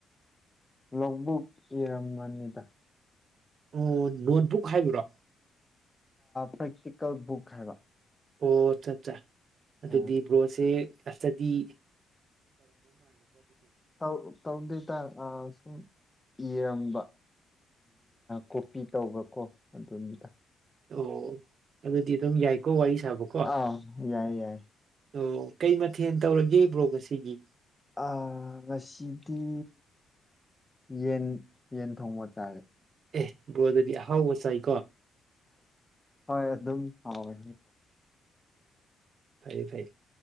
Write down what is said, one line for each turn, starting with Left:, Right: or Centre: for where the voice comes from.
Left: ꯂꯣꯛꯚꯛ ꯏꯔꯝꯃꯥꯟꯗ
Right: ꯑꯣ ꯅꯣꯠꯕꯨꯛ ꯍꯥꯏꯕ꯭ꯔꯣ
Left: ꯄ꯭ꯔꯦꯛꯇꯤꯀꯦꯜ ꯕꯨꯛ ꯍꯥꯏꯕ
Right: ꯑꯣ ꯆꯞ ꯆ ꯑꯗꯨꯗꯤ
Left: ꯑꯥ
Right: ꯕ꯭ꯔꯣꯁꯦ ꯑꯁꯇꯗꯤ
Left: ꯇꯧ ꯇꯧꯗꯤꯗ ꯑ ꯁ ꯏꯔꯝꯕ ꯀꯣꯄꯤ ꯇꯧꯕ ꯀꯣ ꯑꯗꯨꯅꯤꯗ
Right: ꯑꯣ ꯑꯗꯨꯗꯤ ꯑꯗꯨꯝ ꯌꯥꯏꯀꯣ ꯋꯥꯔꯤ ꯁꯥꯕꯀꯣ
Left: ꯑꯥ ꯌꯥꯏ ꯌꯥꯏ
Right: ꯑꯣ ꯀꯩ ꯃꯊꯦꯜ ꯇꯧꯔꯒꯦ ꯕ꯭ꯔꯣ ꯉꯁꯤꯒꯤ
Left: ꯑ ꯉꯁꯤꯗꯤ ꯌꯦꯟ ꯌꯦꯟ ꯊꯣꯡꯕ ꯆꯥꯔꯦ
Right: ꯑꯦ ꯕꯔꯣ ꯗꯨ ꯗꯤ ꯑꯍꯥꯎꯕ ꯆꯥꯏ
Left: ꯍꯣꯏ ꯑꯗꯨꯝ ꯍꯥꯎꯋꯦ
Right: ꯐꯩ ꯐꯩꯌꯦ